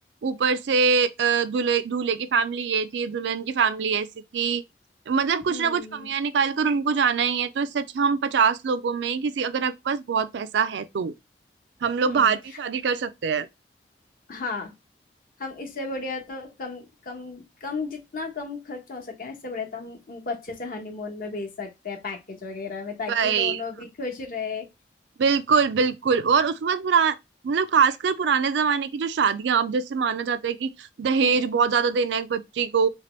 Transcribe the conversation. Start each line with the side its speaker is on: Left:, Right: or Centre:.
Right: ऊपर से अ, दूल्हे दूल्हे की फैमिली ये थी दुल्हन की फैमिली ऐसी थी मतलब कुछ
Left: हम्म
Right: ना कुछ कमियां निकाल कर उनको जाना ही है तो इससे अच्छा हम पचास लोगों में ही किसी अगर आपके पास बहुत पैसा है तो हम लोग
Left: हम्म
Right: बाहर भी शादी कर सकते हैं
Left: हाँ हम इससे बढ़िया तो कम कम कम जितना कम खर्च हो सके ना इससे बढ़िया तो हम उनको अच्छे से हनीमून में भेज सकते हैं पैकेज वगैरह में ताकि
Right: भाई
Left: दोनों भी खुश रहे
Right: बिल्कुल बिल्कुल और उसके बाद पुरा मतलब खासकर पुराने जमाने की जो शादियां अब जैसे माना जाता है कि दहेज
Left: हम्म
Right: बहुत ज्यादा देना है एक बच्ची को